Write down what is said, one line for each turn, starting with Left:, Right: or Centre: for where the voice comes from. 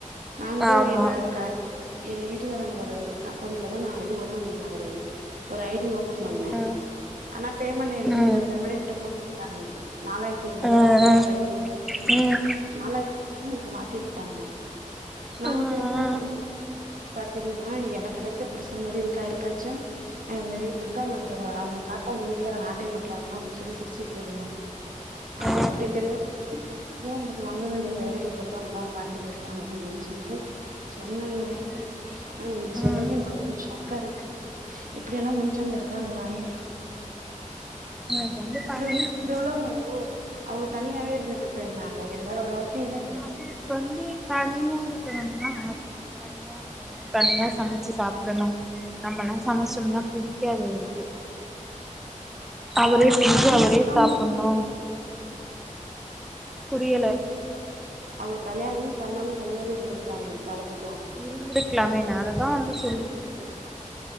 Right: நா கூட
Centre: ஆமா
Right: எங்க க எங்க வீட்டுகாரங்களோட க அக்கௌண்ட்ல தா நா இது ஓ ப்பன் பண்ண ஒரு ஒரு ஐ டி ஓப்பன்
Centre: ம்
Right: பண்ணே ஆனா பேமெண்டு என்து
Centre: ம்
Right: என்னோட பேமெண்ட என்ட்ட போட்டுட்டாங்க நாலாயிர்த் தி ஐநூறுவா
Centre: ஆ ம்
Right: ரெடிக்கு
Centre: ம்
Right: <inaudible> மாத்தி டாங்க நா
Centre: ஆ
Right: திரும்ப இப்ப நா பாத்தீங்கன்னா என கெடைச்ச புருச மாரி இரு க்கா யாருக்காச்சு அ இது மாரி துர்கா மேடத்தோட அவுங்க காத்தவுங்ள் து வேற ந ஆட்டைய போட்றாங்களா அப்டின் சொல்லி சிரிச்சிட்ருந்தே அப்பிடி
Centre: ஆ
Right: கெடையாத் <inaudible> உங்குளுக்கு வாங்க வேண்டியது ரிலேஷன்ருக்கோ நல்லா அவங்க வாழ்ண்டு போயிருப்பாங்க அப்டின் சொல்லி சொன்னாங்க
Centre: ம்
Right: ஆ நீங்க சொல்றது
Centre: ம்
Right: எனக்கு அவ்ளோ ஷாக்கா இருக்கு இ ப்படியெல்லா மனுசங்க இருக்காங்களானு
Centre: அது <unintelligible>
Right: இப்பிடி
Centre: பழகிடுச்சுன்னு
Right: உள்ள இப்பிடி
Centre: வச்சுக்கோங்களேன்
Right: உள்ளவங்க <unintelligible> அவுங்க தனியாவே இருந்துட்டு போய்ட்ல்லா இல்ல எல்லாரோட வாழ்க்கையுமே
Centre: அவுருக்கு வந்து தனியா இருக்கணும்னா ஆசையே தனியா இருக்கணு தனியா சமைச்சு சாப்பிடணு நம்மல்லா சமைச்சம்னா புடிக்காது அவுருக்கு அவுரே
Right: அது அவங்க
Centre: செஞ்சு
Right: கல்யாணம்
Centre: அவுரே
Right: பண்ணாம
Centre: சாப்புண்ணு புரியல
Right: அவுங்க கல்யாணமே பண்ணாம தனியாவே இருந்திருக்கலாமே காலத்து
Centre: இருந்திருக்கலாமே நா அததா வந்து சொல்லிட்ருக்கறது